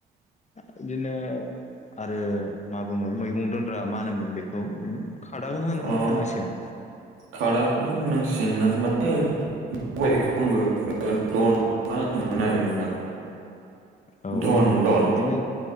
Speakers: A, on the left; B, on the right.
A: बिदिनो आरो मा बुङो मैगं दोनग्रा मा होनोमोन बेखौ? औ खादामोन होननांसिगोन।
B: अ खादाखौनो होननांसिगोन <inaudible> <unintelligible>
A: औ
B: धन धन
A: बिदिनो